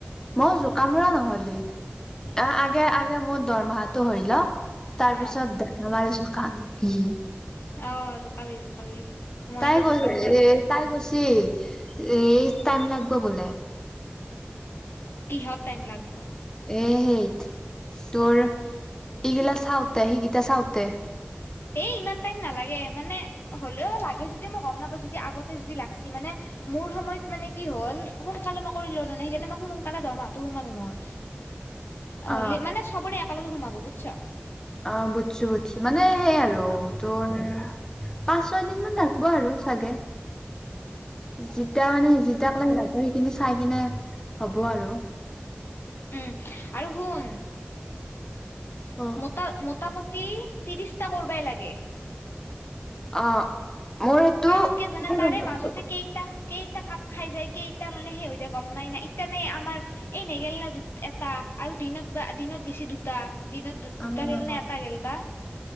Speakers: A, on the left (about 15°); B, on the left (about 70°).
A: অ' জোকাম ৰ নহলি অ আগে আগে মোৰ দৰমহাটো হৈ লক। তাৰপিছত
B: অ
A: <inaudible> আমাৰ <unintelligible>
B: অ' জোকাবি, জোকাবি। মই
A: তাই
B: এতিয়া
A: কৈ
B: জোকালো মানে
A: এ তাই কৈছি এ! টাইম লাগিব বোলে।
B: কিহত টাইম লাগব।
A: এ! সেইট তোৰ এইগিলা চাওঁতে সেইগিটা চাওঁতে
B: এ! ইমান টাইম নালাগে মানে হ'লেও লাগে যদি মই গম নাপাওঁ যদি আগতে যদি লাগছি মানে মোৰ সময়ত মানে কি হ'ল সোনকালে মই কৰিলো ন নাই সেইকাৰণে মই সোনকালে দৰমাহাটো সোমাল মোৰ হলি
A: অ
B: মানে চবৰে একেলগে সোমাব আচ্ছা।
A: অ' বুজছো বুজ মানে সেই আৰু
B: অ
A: তোৰ পাঁচ ছয় দিন মান লাগব আৰু চাগে। জিতা মানে জিতাক। সিহঁতৰ সেইখিনি চাই কিনে হ'ব আৰু
B: উ'ম আৰু শুন।
A: অ
B: মোটা -মুটি। ত্ৰি -ত্ৰিশটা কৰবাই লাগে।
A: অ'। মোৰ এইটো
B: কাৰণ কিয় জানে,
A: কেতিয়া
B: তাৰে
A: গম পাবি
B: মাজতে কেইটা কেই কেইটা কাপ খাই যাই কেইটা মানে, সেই হৈ যায় গম নাই। সেইকাৰণে আমাৰ এই নেগেল না এটা আৰু দিনত বা দিনত গেছি দুটা। দিনত দু,
A: অ
B: দুটা গেল নে, এটা গেল বা,